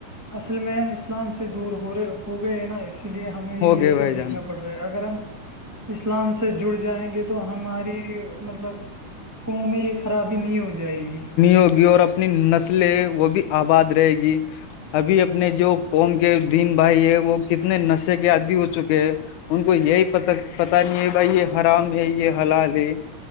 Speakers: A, on the right; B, on the left.
A: اصل میں ہم اسلام سے دور ہو رہے ہو گئے نا اسی لیے ہمیں یہ
B: ہو گئے بھائی
A: سب دیکھناڑ
B: جان
A: پڑ رہا اگر ہم اسلام سے جڑ جائیں گے تو ہماری مطلب کنو میں یہ خرابی نہیں ہو جائے گی
B: ہوگی اور اپنی نسلیں وہ بھی آباد رہے گی ابھی اپنے جو قوم کے دین بھائی ہے وہ کتنے نشے کے عادی ہو چکے ہیں ان کو یہی پ پتا نہیں ہے بھائی یہ حرام ہے یہ حلال ہے